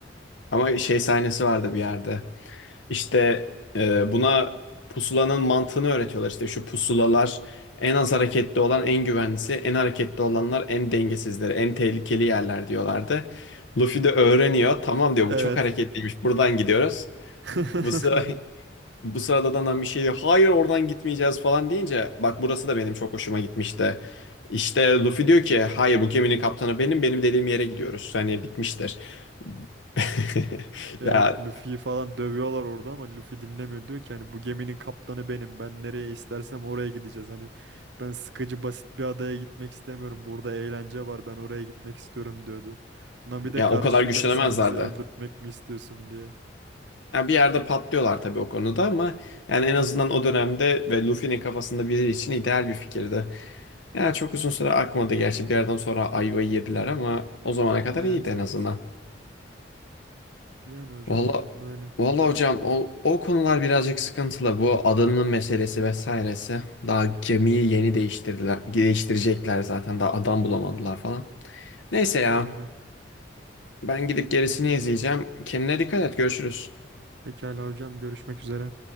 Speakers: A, on the left; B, on the right.
A: Ama şey sahnesi vardı bir yerde. İşte e, buna pusulanın mantığını öğretiyorlar. İşte şu pusulalar en az hareketli olan en güvenlisi, en hareketli olanlar en dengesizleri, en tehlikeli yerler diyorlardı. Luffy de öğreniyor. Tamam diyor
B: Evet.
A: bu çok hareketliymiş. Buradan gidiyoruz.
B: <laughs>
A: Bu sıra <laughs> bu sırada da bir şey diyor. Hayır oradan gitmeyeceğiz falan deyince bak burası da benim çok hoşuma gitmişti. İşte Luffy diyor ki hayır bu geminin kaptanı benim benim dediğim yere gidiyoruz. Hani bitmiştir. <laughs>
B: Evet
A: Ya
B: Luffy'yi falan dövüyorlar orada ama Luffy dinlemiyor diyor ki hani bu geminin kaptanı benim ben nereye istersem oraya gideceğiz hani ben sıkıcı basit bir adaya gitmek istemiyorum burada eğlence var ben oraya gitmek istiyorum diyordu. Nami de
A: ya
B: karşı
A: o kadar
B: çıkıyor
A: güçlenemezlerdi.
B: hani sen bizi öldürtmek mi istiyorsun diye.
A: Yani bir yerde patlıyorlar tabii o konuda ama yani en azından o dönemde ve Luffy'nin kafasında biri için ideal bir fikirdi. Yani çok uzun süre akmadı gerçi bir yerden sonra ayvayı yediler ama o zamana kadar
B: Evet
A: iyiydi en
B: evet
A: azından.
B: yani hocam
A: Valla
B: böyle
A: valla hocam o, o konular birazcık sıkıntılı. Bu adanın meselesi vesairesi. Daha gemiyi yeni değiştirdiler, değiştirecekler zaten. Daha adam bulamadılar falan. Neyse ya
B: aynen
A: ben gidip gerisini izleyeceğim. Kendine dikkat et görüşürüz.
B: pekala hocam görüşmek üzere.